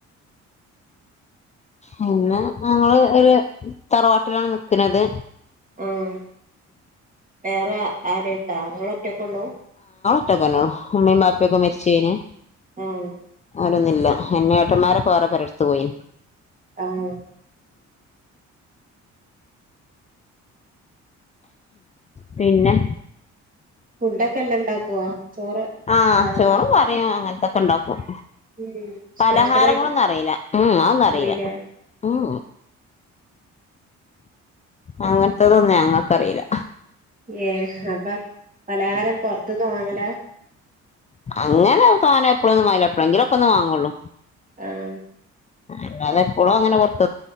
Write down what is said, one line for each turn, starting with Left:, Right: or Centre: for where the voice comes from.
Left: പിന്നെ ഞങ്ങള്ംഒരു തറവാട്ടിലാണ് നിക്കനത്
Right: ആഹ് വേറെ ആരും ഇണ്ടാ നിങ്ങള് ഒറ്റൊക്കെ ഉള്ളു
Left: ഇട്ടക്കണോ അമ്മേം ബപ്പൊക്കെ മരിച്ചേന്
Right: ആഹ്
Left: ന്നുല്ല എന്ന ഏട്ടന്മാരൊക്കെ വറെ പെരേട്ത്തു പോയി
Right: ആഹ്
Left: പിന്നെ
Right: ഫുഡൊക്കെ എല്ലാം ഇണ്ടാക്കുവോ ചോറ്
Left: ആ ചോറും
Right: ഇതൊക്കെ
Left: കറിയും അങ്ങനത്തൊക്കെ ഉണ്ടാക്കും
Right: ഉം
Left: പലഹാരങ്ങളൊന്നും
Right: സ്പെഷ്യലായിട്ട്
Left: അറിയില്ല ഉം അതൊന്നും അറിയില്ല
Right: അറിയില്ലേ
Left: ഉം അങ്ങനത്തതൊന്നും ഞങ്ങക്കറിയില്ല
Right: ഏഹ് അപ്പൊ പലഹാരം പൊറത്ത്ന്ന വാങ്ങല
Left: അങ്ങനെ സാനം എപ്പളും ഒന്ന് വാങ്ങൂല എപ്പളെങ്കിലൊക്കെ ഒന്ന് വാങ്ങുള്ളൂ
Right: ആഹ്
Left: അല്ലാതെ എപ്പോഴും അങ്ങനെ പൊ